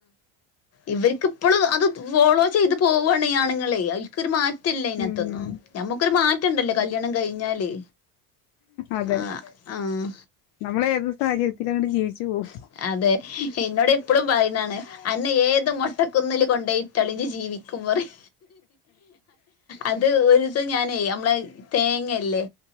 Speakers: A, on the left; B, on the left.
A: ഇവര് ക്ക് ഇപ്പളും അത് ഫോളോ ചെയ്ത് പോവാണ് ഈ ആണുങ്ങളെ ഓൽക്കൊരു മാറ്റല്ല അയി നത്തൊന്നും.
B: ഉം
A: നമ്മക്കൊരു മാറ്റണ്ടല്ലോ കല്യാണം കഴിഞ്ഞാല്
B: അതെ
A: ആഹ് ആഹ്.
B: നമ്മൾ ഏത് സാഹചര്യത്തിലും അങ്ങട് ജീവിച്ചു പോവും
A: അതെ ഇന്നോട് ഇപ്പ ളും പറിണാണ് അന്നെ ഏത് മൊട്ടകുന്നില് കൊണ്ടോയി ട്ടാലും ഇജ് ജീവിക്കും പറിം. അത് ഒരൂസം ഞാനെ നമ്മളെ തേങ്ങല്ലെ.